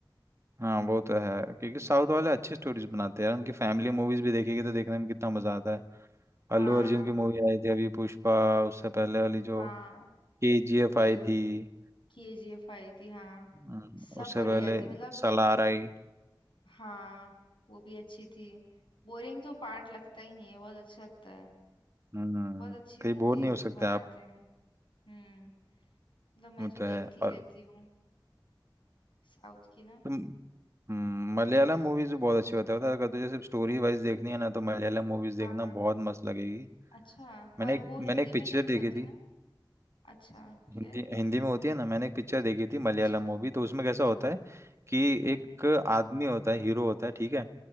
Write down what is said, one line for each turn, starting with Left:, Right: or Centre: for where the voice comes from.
Right: हाँ वो तो है क्योंकि साउथ वाले अच्छी स्टोरीज बनाते हैं यार उनकी फैमिली मूवीज भी देखेगी तो देखने में कितना मजा आता है
Left: हाँ
Right: अल्लू अर्जुन की मूवी आई थी अभी पुष्पा
Left: ओ।
Right: उससे पहले वाली जो
Left: हाँ
Right: केजीएफ
Left: वही
Right: आई थी
Left: वही केजीएफ आई थी हाँ
Right: हम्म,
Left: सब
Right: उससे
Left: बढ़िया
Right: पहले
Left: थी मतलब
Right: सलार आई
Left: हाँ वो भी अच्छी थी बोरिंग तो पार्ट लगता ही नहीं है बहुत अच्छा लगता है
Right: हम्म
Left: बहुत अच्छी
Right: कहीं
Left: मूवीज
Right: बोर नहीं हो सकते
Left: बनाते
Right: आप
Left: हैं हम्म मतलब मैं
Right: वो
Left: तो देखती
Right: तो है और
Left: रहती हूँ साउथ की ना
Right: हम्म हम्म मलयालम मूवीज भी बहुत अच्छे होते हैं पता है, अगर तुझे सिर्फ स्टोरी वाइज देखनी है ना तो मलयालम मूवीज देखना
Left: हाँ
Right: बहुत मस्त लगेगी
Left: अच्छा पर
Right: मैंने एक
Left: वो हिंदी
Right: मैंने एक पिक्चर
Left: में तो नहीं
Right: देखी
Left: होती
Right: थी
Left: ना अच्छा
Right: हिंदी
Left: फिर
Right: हिंदी में होती है ना मैंने एक पिक्चर देखी थी मलयालम
Left: अच्छा
Right: मूवी तो उसमें कैसा होता है कि
Left: हम्म
Right: एक आदमी होता है हीरो होता है ठीक है